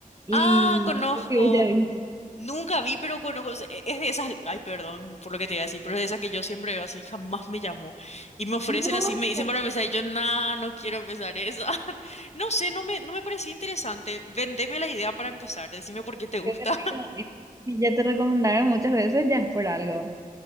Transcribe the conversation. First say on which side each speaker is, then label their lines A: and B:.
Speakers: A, on the right (about 20°); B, on the left (about 50°).
A: y
B: Ah, conozco.
A: <laughs> ya viste.
B: Nunca vi, pero conozco. Es de esas. Ay, perdón por lo que te iba a decir, pero es de esas que yo siempre veo así, jamás me llamó. Y me ofrecen
A: No,
B: así, me dicen para empezar, y yo, nah, no quiero empezar esa. <laughs> No sé, no me, no me parecía interesante. Vendeme la idea para empezar, decime por qué te gusta.
A: pero,
B: <laughs>
A: mira eh, si ya te recomendaron muchas veces, ya es por algo.